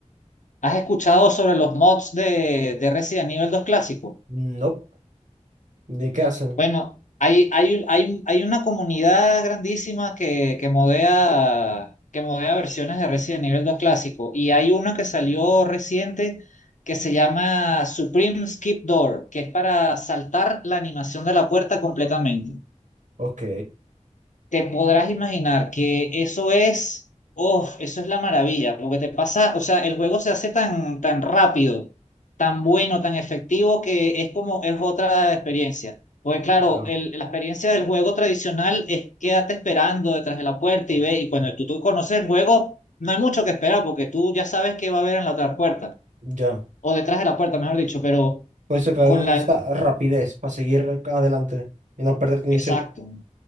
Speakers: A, on the left (about 75°); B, on the right (about 75°).
A: ¿Has escuchado sobre los mods de, de Resident Evil 2 clásico?
B: No. ¿De qué hacen?
A: Bueno, hay, hay, hay, hay una comunidad grandísima que, que modea, que modea versiones de Resident Evil 2 clásico y hay una que salió reciente que se llama Supreme Skip Door, que es para saltar la animación de la puerta completamente.
B: Ok.
A: Te podrás imaginar que eso es, oh, eso es la maravilla, porque te pasa, o sea, el juego se hace tan, tan rápido, tan bueno, tan efectivo, que es como, es otra experiencia. Porque claro,
B: Ya.
A: el- la experiencia del juego tradicional es quédate esperando detrás de la puerta y ve, y cuando tú, tú conoces el juego, no hay mucho que esperar, porque tú ya sabes qué va a haber en la otra puerta,
B: Ya.
A: o detrás de la puerta, mejor dicho, pero
B: Puedes sacar
A: con
B: una
A: la,
B: lista rapidez para seguir adelante y no perderte ni
A: exacto,
B: un segundo.